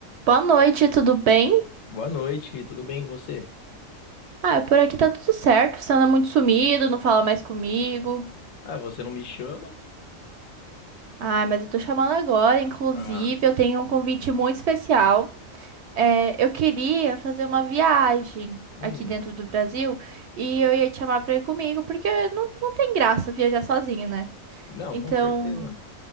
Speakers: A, on the right; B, on the left.
A: Boa noite, tudo bem?
B: Boa noite, tudo bem e você?
A: Ah, por aqui tá tudo certo. Você anda muito sumido, não fala mais comigo.
B: Ah, você não me chama?
A: Ah, mas eu tô chamando agora. Inclusive,
B: Ah,
A: eu tenho um convite muito especial. É, eu queria fazer uma viagem
B: hum,
A: aqui dentro do Brasil e eu ia te chamar pra ir comigo, porque não, não tem graça viajar sozinho, né?
B: não,
A: Então,
B: com certeza.